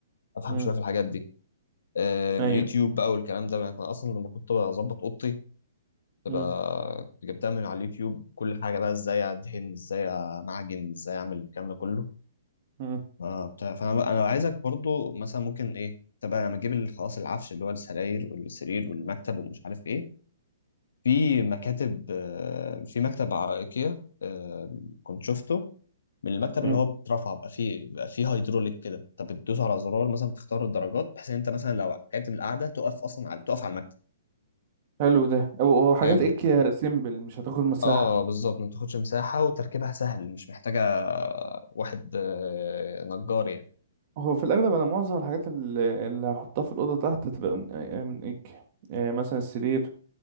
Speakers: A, on the left (about 85°); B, on the right (about 30°).
A: افهم
B: امم
A: شويه في الحاجات دي أه
B: ايوه
A: من اليوتيوب بقى والكلام ده انا كنت اصلا لما كنت بظبط اوضتي تبقى
B: امم
A: كنت جبتها من على اليوتيوب كل حاجه بقى ازاي ادهن ازاي امعجن ازاي اعمل الكلام ده كله
B: امم
A: اه بتاع فانا بقى انا عايزك برضو مثلا ممكن ايه تبقى لما تجيب ال- خلاص العفش اللي هو السراير والسرير والمكتب ومش عارف ايه في مكاتب آه، في مكتب على ايكيا آه، كنت شفته من المكتب
B: امم
A: اللي هو بيترفع بقى فيه بقى فيه هيدروليك كده انت بتدوس على زرار مثلا تختار الدرجات بحيث ان انت مثلا لو قعدت من القعده تقف اصلا على تقف على المكتب
B: حلو ده أو- أو حاجات
A: جامد
B: ايه سيمبل مش هتاخد مساحه
A: اه بالظبط ما بتاخدش مساحة وتركيبها سهل مش محتاجة واحد آه، نجار يعني
B: هو في الأغلب أنا معظم الحاجات اللي اللي هحطها في الأوضة تحت هتبقى من آه، من إيك آه، مثلا السرير